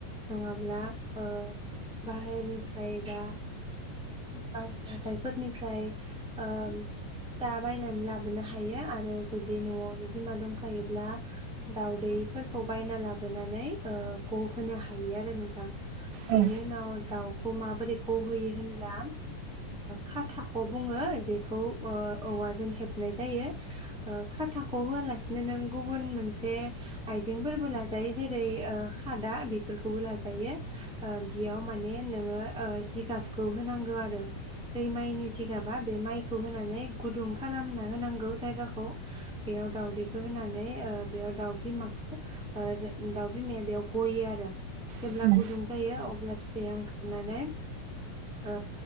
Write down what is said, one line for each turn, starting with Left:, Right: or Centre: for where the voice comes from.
Centre: नङाब्ला ओ बाहेरनिफ्राय बा बा हाथायफोरनिफ्राय ओ दा बायनानै लाबोनो हायो आरो जुदि न'आवनो बिमा दंखायोब्ला दाउदैफोरखौ बायना लाबोनानै गहोनो हायो आरो नोंथां। बिदि
Right: औ
Centre: उनाव दाउ खौ माबोरै गहोयो होनब्ला खाथाखौ बुङो बेखौ औवाजों हेबनाय जायो। ओ खाथाखौ होआलासिनो नों गुबुन मोनसे आइजेंफोरबो लाजायो जेरै ओ खादा बेफोरखौबो लाजायो। ओ बेयाव माने नोङो ओ जिगाबखौ होनांगौ आरो दै माइनि जिगाबा बे माइखौ होनानै गुदुं खालामना होनांगौ जायगाखौ बेयाव दाउदैखौ होनानै ओ बेयाव दाउ बिमाखौ ओ दाउ बिमाया बेयाव गयो आरो जेब्ला
Right: औ औ
Centre: गुदुं जायो अब्ला फिसाया ओंखारनानै ओ